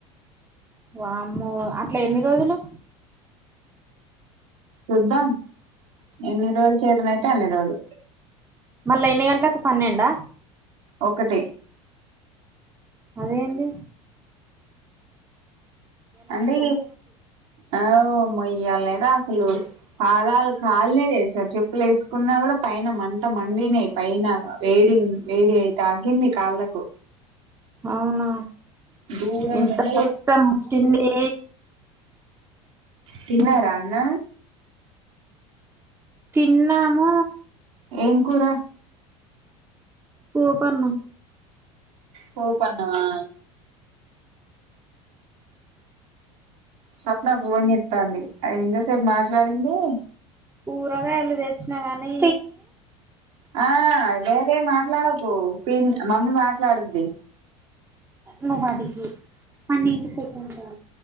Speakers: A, on the right; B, on the right.
A: వామ్మో అట్ ఇట్లా ఎన్ని రోజులు
B: చూద్దాం ఎన్ని రోజులు చేతన అయితే అన్ని రోజులు
A: మళ్ళా ఎన్ని గంటలకు పన్నెండా
B: ఒక్కటి
A: అదేేంది
B: అంటే ఆ వ్ ఇయ్యాలెండ అసలు పాదాలు కాలినాయి తెలుసా చెప్పులు వేసుకున్నా కూడా పైన మంట మండినాయి పైన వేడి వేడి అయితాకింది కాళ్ళకు
A: అవునా
B: దూరంగా
A: ఎంత
B: ఎండ
A: కష్టం వచ్చింది
B: తిన్నార అన్న
A: తిన్నాము
B: ఏం కూరా
A: కూ పన్ను
B: పోపు అన్నమా స్వప్న ఫోన్ చెత్తంది అది ఎంతసేపు మాట్లాడింది
A: కూరగాయలు తెచ్చినాగానీ
B: ఆ వేరే మాట్లాడకు పి మమ్మీ మాట్లాడుధీ.
A: నువ్ అడుగు పన్నెండు సెకండ్స్ ఆ